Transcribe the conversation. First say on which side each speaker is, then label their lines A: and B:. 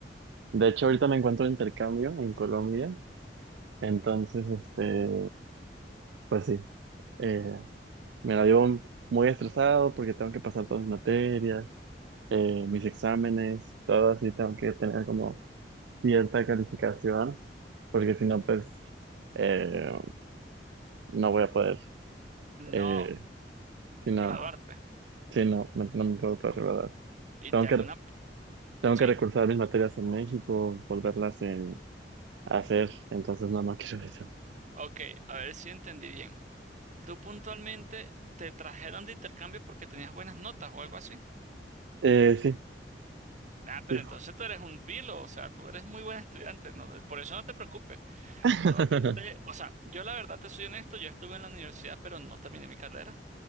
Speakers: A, on the right; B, on the right.
A: de hecho, ahorita me encuentro de intercambio en Colombia, entonces, este, pues sí, eh, me la llevo muy estresado porque tengo que pasar todas mis materias, eh, mis exámenes, todo así, tengo que tener como cierta calificación, porque si no, pues eh, no voy a poder, eh,
B: No,
A: si no,
B: graduarte.
A: si no, no, no me puedo poder graduar.
B: Y
A: Tengo
B: te
A: que,
B: hago una...
A: tengo
B: ¿Sí?
A: que recursar mis materias en México, volverlas en- a hacer, entonces no, no quiero eso.
B: Ok, a ver si entendí bien. ¿Tú puntualmente te trajeron de intercambio porque tenías buenas notas o algo así?
A: Eh, sí,
B: Nah, pero
A: sí.
B: entonces tú eres un pilo, o sea, tú eres muy buen estudiante, ¿no? Por eso no te preocupes.
A: <laughs>
B: Normalmente, o sea, yo la verdad te soy honesto, yo estuve en la universidad, pero no terminé mi carrera.